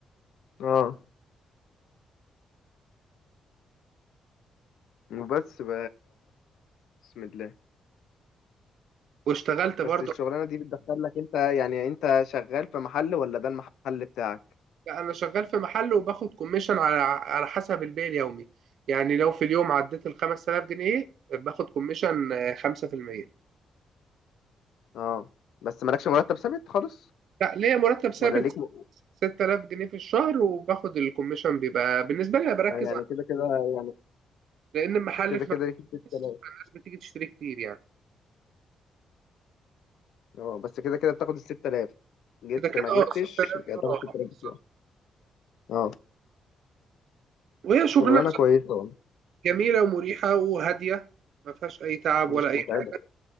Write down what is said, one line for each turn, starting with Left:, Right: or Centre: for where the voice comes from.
Left: اه وبس ب... بسم الله
Right: واشتغلت
Left: بس
Right: برضو
Left: الشغلانة دي بتدخل لك انت يعني انت شغال في محل ولا ده المحل بتاعك
Right: يعني انا شغال في محل وباخد كوميشن على على حسب البيع اليومي يعني لو في اليوم عديت ال 5000 جنيه باخد كوميشن آه، 5%
Left: اه بس مالكش مرتب ثابت خالص
Right: لا ليا مرتب ثابت
Left: ولا ليك م...
Right: 6000 جنيه في الشهر وباخد الكوميشن بيبقى بالنسبة لي أنا بركز
Left: آه، يعني
Right: على
Left: كده كده يعني
Right: لأن المحل
Left: كده
Right: في
Left: كده
Right: مكان
Left: ليك 6000
Right: كويس فالناس بتيجي تشتري كتير يعني
Left: اه بس كده كده بتاخد ال 6000 جبت
Right: كده كده
Left: ما
Right: اه
Left: جبتش
Right: 6000
Left: هتاخد
Right: اه
Left: 6000
Right: بالظبط.
Left: بتوع اه
Right: وهي شغلنا
Left: شغلانه كويسه والله
Right: جميلة ومريحة وهادية ما فيهاش أي تعب
Left: مش
Right: ولا أي
Left: متعبه
Right: حاجة